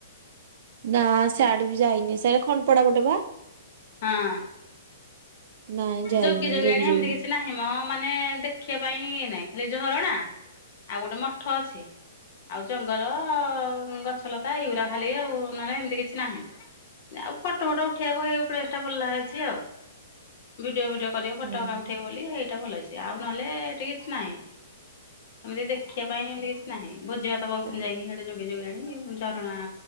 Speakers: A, on the right; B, on the left.
A: ନା ସିଆଡେ ବି ଯାଇନି। ସେଟା ଖଣ୍ଡପଡା ବିଲ୍ ବା?
B: ହଁ।
A: ନାଇଁ ଯାଇନି
B: ଯୋଗୀ ଯୋଗିଆଣୀ
A: ଜଗି
B: ହେମିତି
A: ଜଗି
B: କିଛି ନାହିଁ ମ ମାନେ ଦେଖିବା ପାଇଁ ଇ ନାଇଁ ଖାଲି ଝରଣା ଆଉ ଗୋଟେ ମଠ ଅଛି। ଆଉ ଜଙ୍ଗଲ ଗଛଲତା ଏଇଗୁରା ଖାଲି ଆଉ ନହେଲେ ଏମିତି କିଛି ନାହିଁ। ଆଉ ଫଟୋ ଫଟ ଉଠେଇବାକୁ ହେଇ ପ୍ଲେସ ଟା ଭଲ ହେଇଛି ଆଉ। ଭିଡିଓ ଫିଡିଓ କରିବା ଫଟୋ
A: ହୁଁ
B: ହେଇକା ଉଠେଇବ ବୋଲି ଏଇଟା ଭଲ ହେଇଛି, ଆଉ ନହେଲେ ଏଠି କିଛି ନାହିଁ। ଏମିତି ଦେଖିବା ପାଇଁ ଏମିତି କିଛି ନାହିଁ ଭୋଜି ଭାତ କରୁଛନ୍ତି
A: ହୁଁ
B: ଯାଇକି ସିଆଡେ ଯୋଗୀ ଯୋଗିଆଣି ଝରଣା